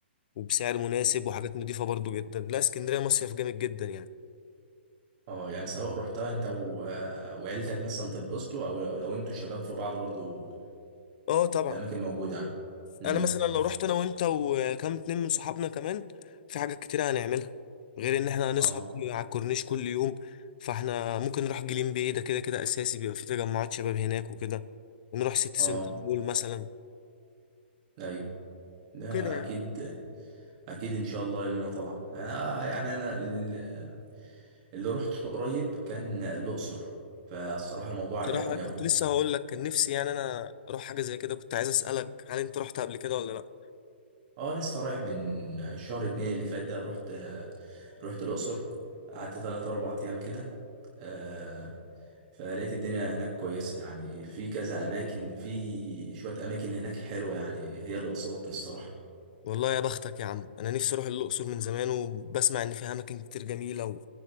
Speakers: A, on the left; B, on the right.
A: وبسعر مناسب وحاجات نضيفة برضو جدا لا اسكندرية مصيف جامد جدا يعني
B: اه يعني سواء رحتها انت و... وعيلتك مثلا تتبسطوا او لو لو انتوا شباب في بعض برضو
A: اه طبعا
B: الاماكن موجوده يعني امم
A: انا مثلا لو رحت انا وانت وكام اتنين من صحابنا كمان في حاجات كتير هنعملها غير ان احنا هنسهر
B: اه
A: كل- على الكورنيش كل يوم فاحنا ممكن نروح جليم باي ده كده كده اساسي بيبقى في تجمعات شباب هناك وكده ونروح سيتي
B: اه
A: سنتر مول مثلا
B: ايوه ده
A: كده يعني
B: اكيد اكيد ان شاء الله لنا طلع انا يعني انا ال- اللي رحت قريب كان الاقصر فالصراحه الموضوع
A: بصراحة
B: عجبني
A: كنت
B: قوي
A: لسه هقول لك كان نفسي يعني انا اروح حاجة زي كده كنت عايز اسألك هل انت رحت قبل كده ولا لا
B: اه لسه رايح من شهر اتنين اللي فات ده رحت رحت الأقصر قعدت تلات أربع أيام كده آه، فلقيت الدنيا هناك كويسة يعني في كذا أماكن في شوية أماكن هناك حلوة يعني هي اللي بسطتني الصراحة
A: والله يا بختك يا عم انا نفسي اروح الاقصر من زمان وبسمع ان فيها اماكن كتير جميلة و...